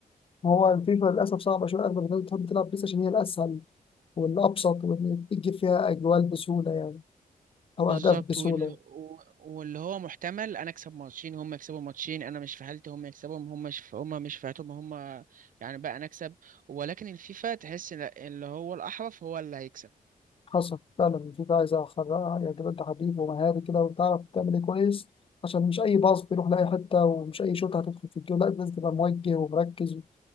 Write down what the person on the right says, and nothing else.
بالظبط
واللي, و- واللي هو محتمل انا اكسب ماتشين هم يكسبوا ماتشين انا مش في حالتي هم يكسبهم هم مش في هم مش في حالتهم هم يعني بقى انا اكسب ولكن الفيفا تحس إن اللي هو الاحرف هو اللي هيكسب